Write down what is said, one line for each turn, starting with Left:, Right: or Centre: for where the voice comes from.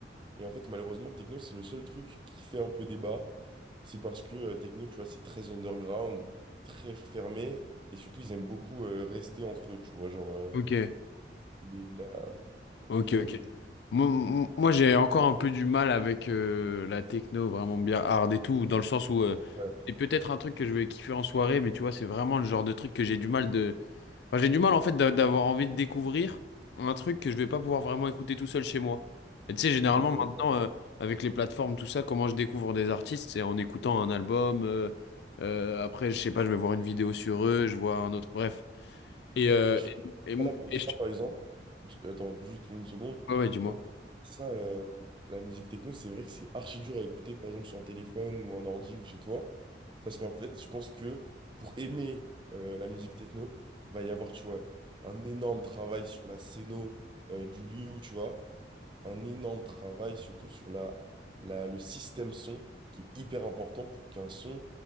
Right: Et en fait, malheureusement, techno, c'est le seul truc qui fait un peu débat. C'est parce que euh, techno, tu vois, c'est très underground, très fermé, et surtout, ils aiment beaucoup euh, rester entre eux, tu vois, genre euh,
Left: Ok.
Right: les- la, la
Left: Ok,
Right: communauté.
Left: ok.
Right: techno.
Left: Moi, moi, j'ai encore un peu du mal avec euh, la techno vraiment bien hard et tout, dans le sens où euh,
Right: Ouais,
Left: c'est peut-être un truc que je vais kiffer en soirée, mais tu vois, c'est vraiment le genre de truc que j'ai du mal de... Enfin, j'ai du mal en fait d'a- d'avoir envie de découvrir un truc que je vais pas pouvoir vraiment écouter tout seul chez moi. Et tu sais, généralement
Right: ok.
Left: maintenant, euh, avec les plateformes, tout ça, comment je découvre des artistes, c'est en écoutant un album, euh, euh, après, je sais pas, je vais voir une vidéo sur eux, je vois un autre, bref. Et, euh,
Right: Ouais, je suis
Left: et, et,
Right: pas là pour
Left: et
Right: ça,
Left: je-
Right: par exemple. J- Attends, juste une seconde.
Left: ouais, ouais, dis-moi.
Right: En gros, ça, euh, la musique techno, c'est vrai que c'est archi dur à écouter, par exemple, sur un téléphone ou un ordi ou chez toi, parce qu'en fait, je pense que pour aimer euh, la musique techno, va y avoir, tu vois, un énorme travail sur la scéno euh, du lieu où tu vas. un énorme travail, surtout sur la, la- le système son, qui est hyper important pour qu'un son